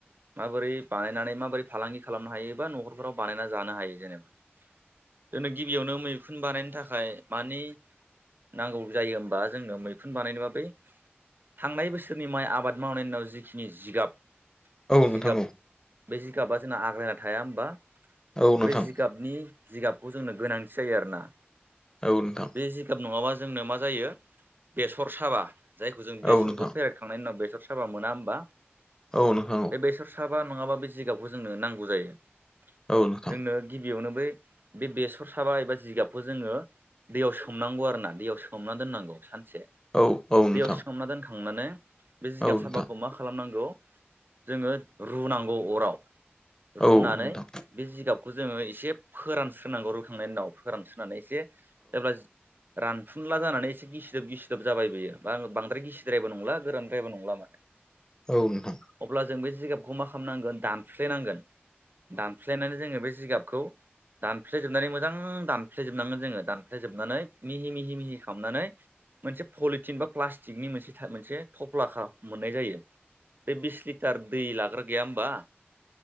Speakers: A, on the right (about 55°); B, on the left (about 15°).
A: माबोरै बानायनानै माबोरै फालांगि खालामनो हायो एबा न'खरफोराव बानायना जानो हायो जेनेबा दिनै गिबियावनो मैखुन बानायनो था खाय मानि नांगौ जायो होमबा जोंनो मैखुन बानायनोबा बै थांनाय बोसोरनि माइ आबाद मावनायनि उनाव जिखिनि जिगाब
B: नोंथां
A: जिगाब
B: औ
A: बे जिगाबा जोंना आग्लायना थाया होमबा
B: औ नोंथां
A: बे जिगाबनि जिगाबखौ जोंनो गोनांथि जायो आरोना ।
B: औ औ नोंथां
A: बे जिगाब नङाबा जोंनो मा जायो बेसर साबा जायखौ जों बेसरखौ
B: औ नोंथां
A: फेरखांनायनि उनाव बेसर साबा मोना होनबा
B: औ नोंथां
A: बे बेसर साबा नङाबा बे जिगाबखौ जोंनो नांगौ जायो ।
B: औ नोंथां
A: जोंनो गिबियावनो बै बे बेसर साबा एबा जिगाबखौ जोङो दैयाव सोमनांगौ आरो ना दैयाव सोमना दोननांगौ सान से
B: औ औ
A: दैयाव
B: नोंथां
A: सोमना दोनखांनानै बे जिगाब
B: औ नोंथां औ नोंथां
A: साबाखौ मा खालामनांगौ जोङो रुनांगौ अराव
B: औ
A: रुनानै
B: नोंथां औ नोंथां औ नोंथां
A: बे जिगाब बेखौ जोङो एसे फोरानस्रोनांगौ रुखांनायनि उनाव फोरानस्रोननानै एसे जेब्ला रान फुनला जानानै एसे गिसिदोब गिसिदोब जाबाय बियो बा आ बांद्राय गिसिद्रायबो नंला गोरानद्रायबो नंला माने
B: औ नोंथां
A: अब्ला जों बे जिगाबखौ मा खालामनांगोन दानफ्लेनांगोन दानफ्लेनानै जोङो बे जिगाबखौ दानफ्लेजोबनानै मोजां दानफ्लेजोबनांगोन जोङो दानफ्लेजोबनानै मिहि मिहि मिहि खालामामनानै मोनसे पलिथिन बा प्लास्टिकनि मोनसे मोनसे थफ्ला खा मोननाय जायो बे बिस लिटार दै लाग्रा गैया होनबा